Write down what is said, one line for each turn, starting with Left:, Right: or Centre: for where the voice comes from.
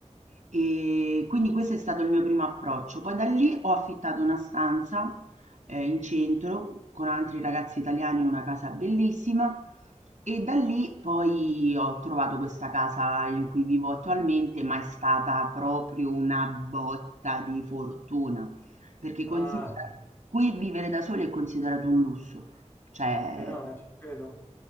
Right: E quindi questo è stato il mio primo approccio. Poi da lì ho affittato una stanza eh, in centro con altri ragazzi italiani in una casa bellissima e da lì poi ho trovato questa casa in cui vivo attualmente, ma è stata proprio una botta di fortuna, perché
Left: Ah.
Right: considera, qui vivere da soli è considerato un lusso. Cioè,
Left: Eh no, eh, ci credo.